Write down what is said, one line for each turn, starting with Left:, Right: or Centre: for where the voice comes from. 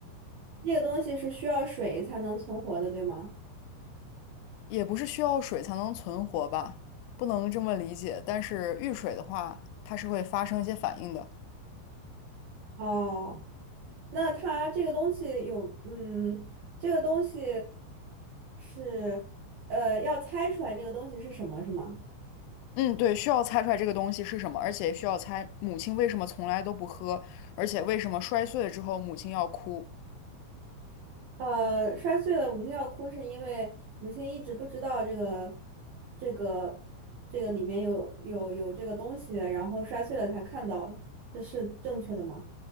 Right: 那个东西是需要水才能存活的，对吗？
Left: 也不是需要水才能存活吧？不能这么理解。但是遇水的话，它是会发生一些反应的。
Right: 哦。那它这个东西有，嗯，这个东西是，呃，要猜出来这个东西是什么，是吗？
Left: 嗯，对，需要猜出来这个东西是什么，而且需要猜母亲为什么从来都不喝，而且为什么摔碎了之后母亲要哭。
Right: 呃，摔碎了，母亲要哭，是因为母亲一直不知道这个，这个，这个里面有有有这个东西，然后摔碎了才看到，这是正确的吗？